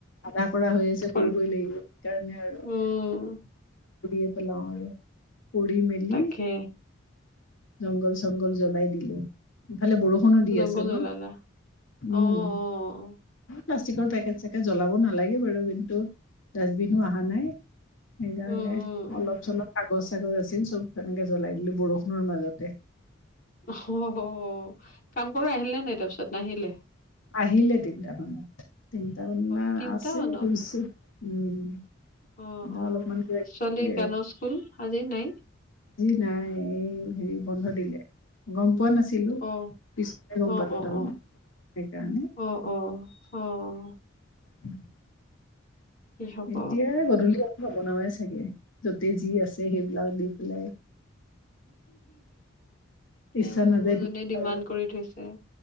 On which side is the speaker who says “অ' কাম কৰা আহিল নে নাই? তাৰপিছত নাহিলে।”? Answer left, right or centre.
Left